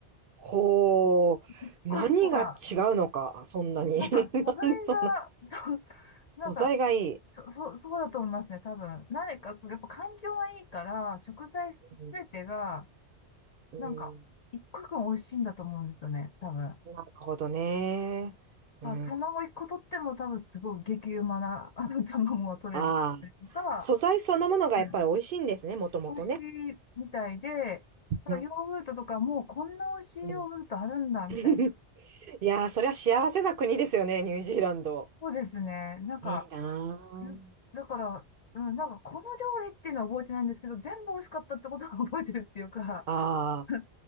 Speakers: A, on the right; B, on the left.
A: ほー何が違うのか、
B: 一個一個が、
A: そんなに。
B: なんか素材が、
A: <laughs> なんでそんな。
B: <laughs> そう、なんか、
A: 素材がいい。
B: そ、そう、そうだと思いますね、多分。何か、やっぱ環境がいいから、食材すべてが、
A: うん。うん
B: なんか、一個一個美味しいんだと思うんですよね、多分。
A: なるほどね。うん。
B: まあ、卵一個取っても多分すごい激うまな、<laughs> あの、卵が取れたりとか、
A: ああ、素材そのものがやっぱり美味しいんですね、
B: うん
A: もともとね。
B: 美味しいみたいで、ヨーグルトとかもうこんな美味しいヨーグルトあるんだ、
A: うん。うん
B: みたいな。
A: <laughs> いやー、そりゃ幸せな国ですよね、ニュージーランド。
B: そうですね。なんか、
A: いいな
B: ず、
A: ー
B: だから、うん、なんかこの料理っていうのは覚えてないんですけど、全部美味しかったってことは覚えてるっていうか、
A: ああ、
B: <laughs>